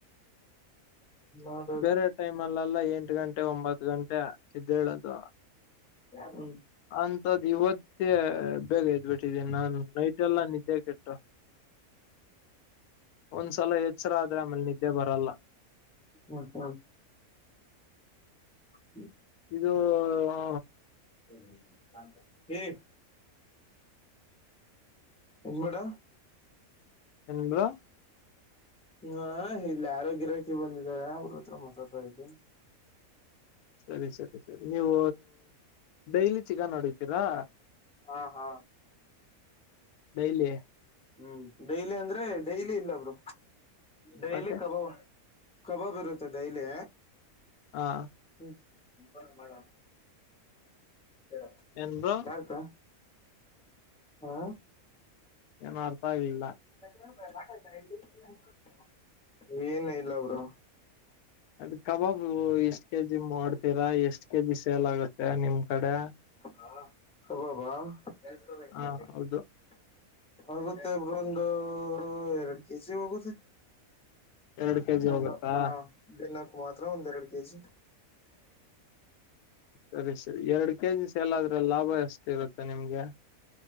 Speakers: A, in the centre; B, on the left.
A: <inaudible> <inaudible> <unintelligible>
B: ಬೇರೆ ಟೈಮ್ ಅಲ್ಲೆಲ್ಲ ಎಂಟು ಗಂಟೆ ಒಂಬತ್ತು ಗಂಟೆ ಇದ್ದೇಳೋದು
A: ಯ <unintelligible>
B: ಅಂತದ್ ಇವತ್ತೆ ಬೇಗ <unintelligible> ನಾನ್ ನೈಟ್ ಎಲ್ಲ ನಿದ್ದೆ ಕೆಟ್ಟ ಒಂದ್ಸಲ ಎಚ್ಚರ ಆದ್ರೆ ಆಮೇಲೆ ನಿದ್ದೆ ಬರಲ್ಲ
A: ಹ್ಮ ಹಾ <unintelligible>
B: ಇದು ಹ
A: <unintelligible> ಹೇ ಹನ್್ಬೇಡ <unintelligible>
B: ಸ ನಿಂಗ <unintelligible>
A: ಹಾ ಇಲ್ಲಿ ಗಿರಾಕಿ ಬಂದಿದ್ದಾರೆ ಅವ್ರ ಹತ್ರ ಮಾತಾಡ್ತಾ ಇದ್ದೇ
B: ಸರಿ ಸರಿ ಸರಿ ನೀವು ಡೈಲಿ ಚಿಕನ್ ಹೊಡಿತೀರಾ
A: ಹಾ ಹಾ
B: ಡೈಲಿ
A: ಹ್ಮ್ ಡೈಲಿ ಅಂದ್ರೆ ಡೈಲಿ ಇಲ್ಲ ಬ್ರೋ ಡೈಲಿ
B: ಮತ್ತೆ
A: ಕಬಬ ಕಬಾಬ್ ಇರುತ್ತೇ ಡೈಲಿ
B: ಹಾ
A: ಹ್ಮ್ ಮಾಡ ಯಾರ್ ಕ <unintelligible>
B: ಏನ್ ಬ್ರೋ
A: ಪಾರ್ಕ ಹಾ
B: ಏನು ಅರ್ಥ ಆಗ್ಲಿಲ್ಲ
A: <unintelligible> ಏನು ಇಲ್ಲ ಬ್ರೋ
B: ಅದು ಕಬಾಬು ಎಷ್ಟ್ ಕೆ ಜಿ ಮಾಡ್ತೀರಾ ಎಷ್ಟ್ ಕೆ ಜಿ ಸೇಲ್ ಆಗುತ್ತೆ ನಿಮ್ ಕಡೆ
A: ಹಾ. ಕಬಾಬ <unintelligible>
B: ಹ ಹೌದು
A: ಆಗುತ್ತೆ ಬ್ರೊ ಒಂದು ಎರಡು ಕೆಜಿ ಹೋಗುತ್ತೆ
B: ಎರಡ್ ಕೆಜಿ
A: ಚಲ್ಲ
B: ಹೋಗುತ್ತಾ
A: ಹಾ ಬೆಲ್ಲಕ ಮಾತ್ರ ಒಂದ ಎರಡು ಕೆಜಿ
B: ಸರಿ ಸರಿ ಎರಡು ಕೆಜಿ ಸೇಲ್ ಆದ್ರೆ ಲಾಭ ಎಷ್ಟು ಇರುತ್ತೆ ನಿಮ್ಗೆ